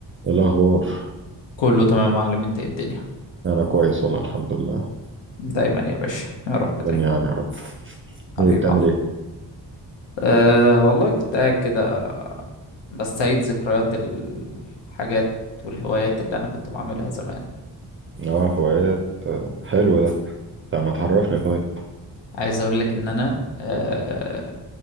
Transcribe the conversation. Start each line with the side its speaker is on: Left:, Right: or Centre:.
Right: إيه الأخبار
Left: كله تمام يا معلم انت ايه الدنيا
Right: أنا كويس والله الحمد لله
Left: دايما يا باشا يا رب
Right: جميعا
Left: دايما
Right: يا رب
Left: حبيبي
Right: إيه بتعمل
Left: يا عم
Right: إيه؟
Left: أه والله كنت قاعد كده بستعيد ذكريات الحاجات والهوايات اللي انا كنت بعملها زمان
Right: آه هوايات آه، حلو ده طب ما تعرفني طيب
Left: عايز اقول لك ان انا أه